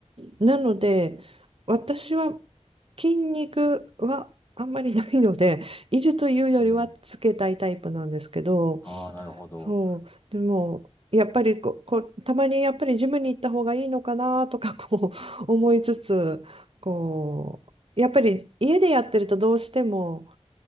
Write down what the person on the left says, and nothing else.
うん、ああ、なるほど。